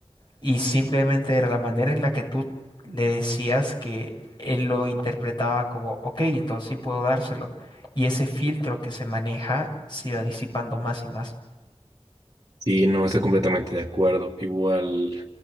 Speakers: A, on the left; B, on the right.
A: Y simplemente era la manera en la que tú le decías que él lo interpretaba como, ok, entonces sí puedo dárselo. Y ese filtro que se maneja se iba disipando más y más.
B: Sí, no, estoy completamente de acuerdo. Igual,